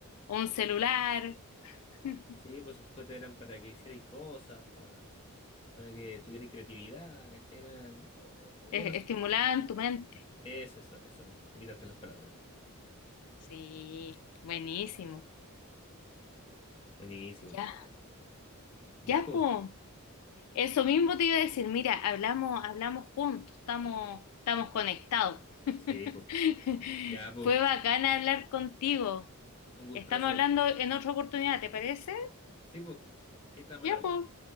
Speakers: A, on the left; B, on the left.
A: o un celular, <laughs>
B: Sí, pues esos juguetes eran para que hicierais cosas, pa- para que tuvierais creatividad, ¿cachai? Eran- o- o- ya
A: e-
B: no...
A: estimulaban tu mente.
B: Eso, eso, eso, me quitaste las palabras.
A: Sí, buenísimo.
B: Buenísimo.
A: Ya,
B: Ya,
A: ya,
B: pues.
A: po. Eso mismo te iba a decir, mira, hablamos, hablamos juntos, estamos, estamos conectados.
B: Sí,
A: <laughs>
B: pues. Ya, pues.
A: Fue bacán hablar contigo.
B: Un gustazo.
A: Estamos hablando en otra oportunidad, ¿te parece?
B: Sí, pues. Ahí estamos
A: Ya,
B: al
A: pues.
B: hablar.